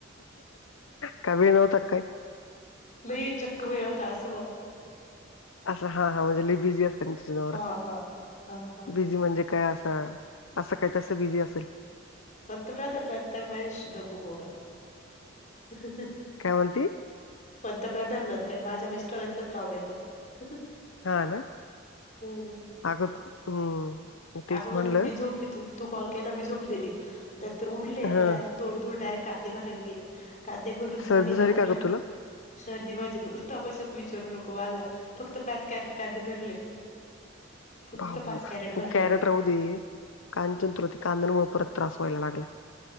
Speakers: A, on the left; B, on the left.
A: कमी नव्हत काय
B: <unintelligible>
A: असं हा हा म्हणजे लई बिझी असते ना तु झा नवरा
B: हा हा हा हा
A: बिझी म्हणजे काय असा असं
B: ते
A: काही तसं बिझी असेल
B: <unintelligible>
A: काय म्हंती
B: पंतप्रधान ल तर माझ्या मिस्टरांचंच नाव येतं
A: हा ना
B: हम्म
A: आगत हम्म तेच
B: अगं
A: म्हणलं
B: मग बी झोपली त तू कॉल केला बी झोपलेली नाही तर उठले
A: हा
B: डायरेक्ट तोंड धुड डायरेक्ट कांदे भरायला गेले कांदे भरून
A: सर्दी
B: झाले
A: झाली
B: तर
A: का
B: उघल
A: ग तुला
B: सर्दी <unintelligible> बिचारून नोको वाजा फक्त पाच कॅरेट कांदे भरले फक्त
A: बाबू
B: पाच कॅरेट
A: तू
B: भरले
A: कॅरेट
B: मी
A: राहु दे कांचन तुला ते कांद्यां मुळे परत त्रास व्हायला लागलाय